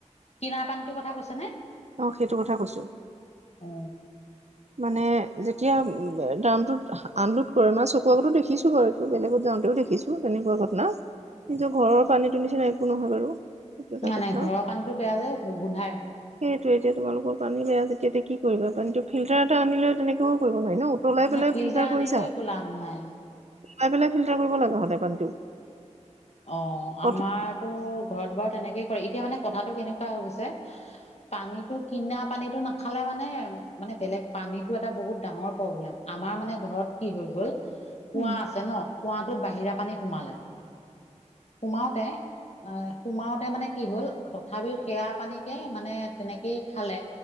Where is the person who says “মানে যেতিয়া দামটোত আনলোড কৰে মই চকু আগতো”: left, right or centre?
Right